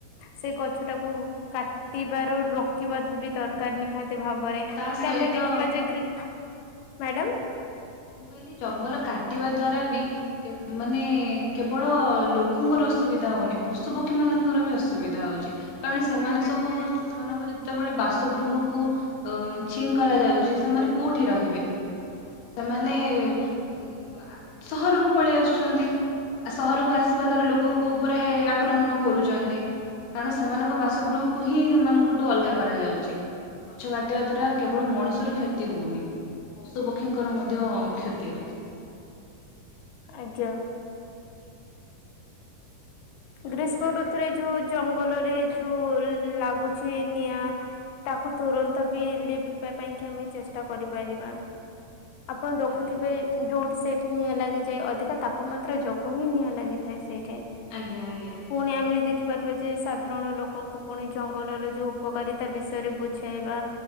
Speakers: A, on the left; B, on the left.
A: ସେ ଗଛ ଟାକୁ କାଟି ରୋକିବା ବି ଦରକାର ନିହାତି ଭାବରେ।
B: ତା
A: କି
B: ସହିତ
A: ଆମେ ଦେଖିବା
B: ମୁଁ
A: ଯେ ଗ୍ରୀ ମ୍ୟାଡାମ
B: କହିଲି ଜଙ୍ଗଲ କାଟିବା ଦ୍ଵାରା ବି କି ମାନେ କେବଳ ଲୋକଙ୍କର ଅସୁବିଧା ହଉନି ପଶୁପକ୍ଷୀମାନଙ୍କର ବି ଅସୁବିଧା ହଉଛି। କାରଣ
A: ଆଜ୍ଞା
B: ସେମାନେ
A: ଆଜ୍ଞା।
B: ସବୁ ସେମାନଙ୍କ ଯେତେବେଳେ ବାସଗୃହକୁ ଉଁ ଛିନ୍ କରାଯାଉଛି ସେମାନେ କେଉଁଠି ରହିବେ? ସେମାନେ ଉଁ ସହରକୁ ପଳେଇ ଆସୁଛନ୍ତି। ଆ ସହରକୁ ଆସିବା ଦ୍ଵାରା ଲୋକଙ୍କ ଉପରେ ଆକ୍ରମଣ କରୁଛନ୍ତି। କାରଣ ସେମାନଙ୍କ ବାସଗୃହକୁ ହିଁ ସେମାନଙ୍କଠୁ ଅଲଗା କରାଯାଉଛି ଗଛ କାଟିବା ଦ୍ଵାରା କେବଳ ମଣିଷର କ୍ଷତି ହଉନି, ପଶୁ ପକ୍ଷୀଙ୍କର ମଧ୍ୟ କ୍ଷତି ହଉଚି।
A: ଆଜ୍ଞା।
B: ଜଙ୍ଗଲ
A: ଗ୍ରୀଷ୍ମ
B: କାଟି
A: ଋତୁରେ ଯୋ ଜଙ୍ଗଲରେ ଯୋଉ ଲାଗୁଛି ଛି ନିଆଁ ତାକୁ ତୁରନ୍ତ ବି ଲିଭେଇବା ପାଇଁ କି ଆମେ ଚେଷ୍ଟା କରିପାରିବା। ଆପଣ ଦଖୁଥିବେ
B: ଆଜ୍ଞା।
A: ଯୋଉଠି ସେଇଠି ନିଆଁ ଲାଗିଯାଏ ଅଧିକ ତାପମାତ୍ରା ଯୋଗୁ ହିଁ ନିଆଁ ଲାଗିଥାଏ ସେ ଯେ
B: ଆଜ୍ଞା ଆଜ୍ଞା।
A: ପୁଣି ଆମେ ଦେଖିପାରିବା ଯେ ସାଧାରଣ ଲୋକଙ୍କୁ ପୁଣି ଜଙ୍ଗଲର ଯୋଉ ଉପକାରିତା ବିଷୟରେ ବୁଝାଇବା